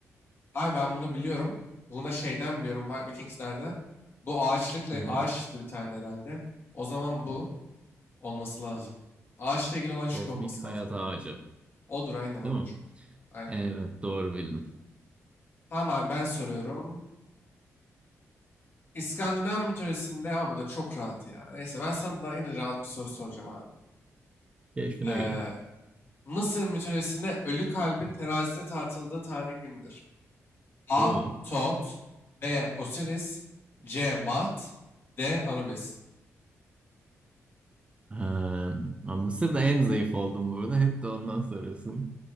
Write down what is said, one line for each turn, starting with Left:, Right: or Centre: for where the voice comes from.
Left: Abi ben bunu biliyorum. Bunu da şeyden biliyorum. Vi- Vikingslerden. Bu ağaçlıkla
Right: Hı hı.
Left: ağaçtı bir tane herhalde. O zaman bu olması lazım. Ağaçla ilgili olan şık
Right: Kozmik
Left: olması lazım.
Right: hayat ağacı.
Left: Odur aynen odur.
Right: Değil mi?
Left: Aynen.
Right: Evet doğru bildin.
Left: Tamam abi ben soruyorum. İskandinav mitolojisinde ama bu da çok rahat ya. Neyse ben sana daha yine rahat bir soru soracağım abi.
Right: Keşfine
Left: Ee,
Right: göre.
Left: Mısır mitolojisinde ölü kalbin terazide tartıldığı tanrı kimdir? A.
Right: Oo.
Left: Tot B. Osiris C. Mat D. Anubis
Right: Ha, Mısır'da en zayıf oldum burada. Hep de ondan soruyorsun.